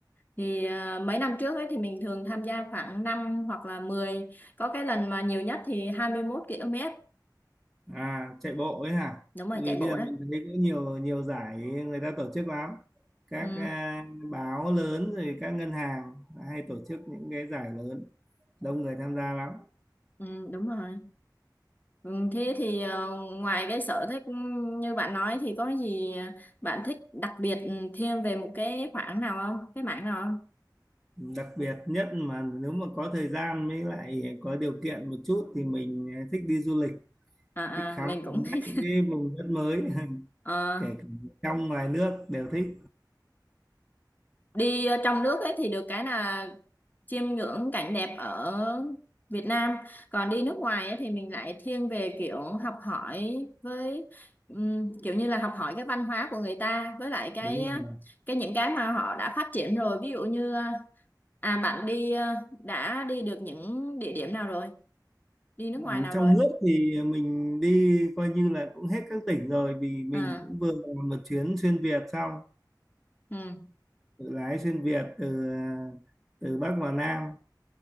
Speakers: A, on the left; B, in the centre.
A: Thì ờ, mấy năm trước ấy thì mình thường tham gia khoảng 5 hoặc là mười Có cái lần mà nhiều nhất thì 21 km.
B: à chạy bộ ấy hả
A: Đúng rồi,
B: tại vì
A: chạy
B: bây
A: bộ
B: giờ
A: đó.
B: mình thấy có nhiều nhiều giải người ta tổ chức lắm các
A: Ừ,
B: à, báo lớn rồi các ngân hàng hay tổ chức những cái giải lớn đông người tham gia lắm
A: ừ đúng rồi. Ừ, thế thì ờ, ngoài cái sở thích như bạn nói thì có gì bạn thích đặc biệt thêm về một cái khoảng nào không? Cái mảng nào
B: đặc biệt nhất mà nếu mà có thời gian với lại có điều kiện một chút thì mình thích đi du lịch
A: à
B: thích khám
A: à mình
B: phá
A: cũng <laughs> thích
B: những cái vùng đất mới <laughs>
A: Ờ,
B: kể cả trong ngoài nước đều thích
A: đi ờ, trong nước ấy thì được cái là chiêm ngưỡng cảnh đẹp ở Việt Nam còn đi nước ngoài ấy thì mình lại thiên về kiểu học hỏi với ừm, kiểu như là học hỏi cái văn hóa của người ta với lại cái
B: đúng rồi
A: cái những cái mà họ đã phát triển rồi ví dụ như ờ, à bạn đi ờ, đã đi được những địa điểm nào rồi đi nước
B: Ừ,
A: ngoài nào
B: trong
A: rồi
B: nước thì mình đi coi như là cũng hết các tỉnh rồi vì mình
A: à
B: cũng vừa làm một chuyến xuyên Việt xong
A: ừ.
B: tự lái xuyên Việt từ từ Bắc vào Nam